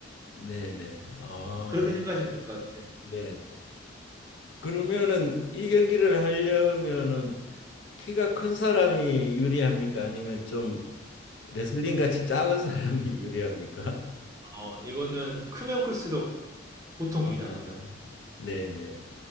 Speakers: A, on the left; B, on the right.
A: 네네. 아,
B: 그렇게 생각하시면 될 것 같아요.
A: 네. 그러면은 이 경기를 하려면은 키가 큰 사람이 유리합니까? 아니면 좀 레슬링 같이 작은 사람이 <laughs> 유리합니까?
B: 어, 이거는 크면 클수록 보통
A: 아,
B: 유리합니다.
A: 네네.